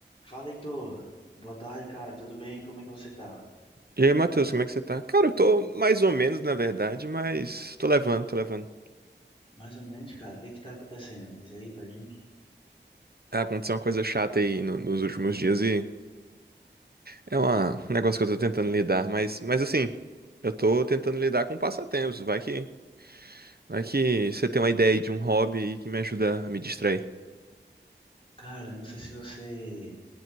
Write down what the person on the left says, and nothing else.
Fala, Heitor. Boa tarde, cara. Tudo bem? Como é que você tá?
Mais ou menos, cara. O que é que tá acontecendo? Diz aí pra gente.
Cara, eu não sei se você